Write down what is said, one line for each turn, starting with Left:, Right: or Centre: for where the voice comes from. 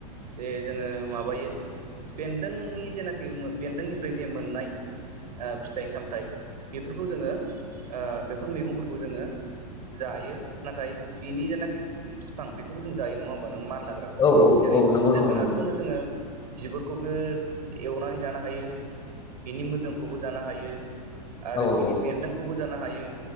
Right: जे जोङो माबायो बेन्दोंनि जेनाखि बेन्दोंनिफ्राय जे मोननाय ओ फिथाइ सामथाइ बेफोरखौ जोङो ओ बेफोर मैगंफोरखौ जोङो जायो नाथाय बिनि जेनाखि फिफां बेखौबो जों जायो नङा होमबानो मानलाग्राखौ
Left: औ औ
Right: जेरै
Left: औ नंगौ
Right: जोगोनारखौनो
Left: नंगौ नंगौ
Right: जोङो बिगुरखौबो एवनानै जानो हायो बिनि मोदोमखौबो जानो हायो आरो
Left: औ
Right: बिनि
Left: औ
Right: बेन्दोंखौबो जानो हायो